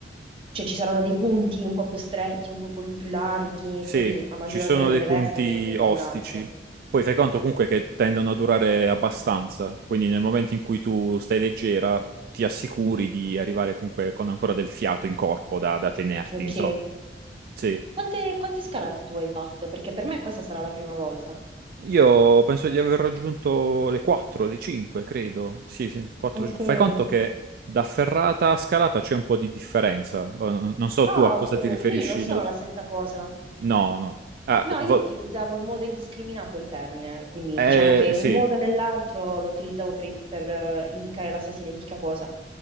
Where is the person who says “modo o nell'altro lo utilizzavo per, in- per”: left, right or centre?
Right